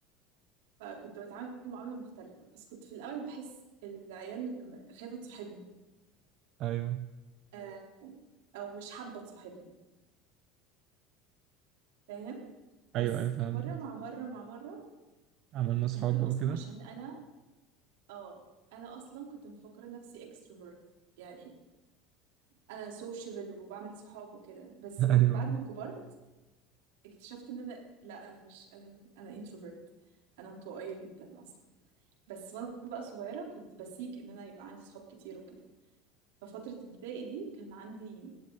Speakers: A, on the right; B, on the right.
A: فكنت بتعامل معاملة مختلفة بس كنت في الاول بحس العيال خايفة تصاحبني
B: ايوه
A: آه، او مش حابة تصاحبني فاهم بس
B: ايوه ايوه فاهمك
A: مرة مع مرة مع مرة
B: عملنا اصحاب
A: ممكن
B: بقى
A: أصلا
B: وكده
A: عشان أنا اه أنا أصلا كنت مفكرة نفسي اكستروفرت يعني أنا سوشيبل وبعمل صحاب وكده بس
B: <laughs> ايوه
A: بعد ما كبرت اكتشفت إن أنا لا أنا مش أنا أنا انتروفرت أنا انطوائية جدا أصلا بس وأنا بقى صغيرة كنت بسيك إن أنا يبقى عندي صحاب كتير وكده ففترة ابتدائي دي كان عندي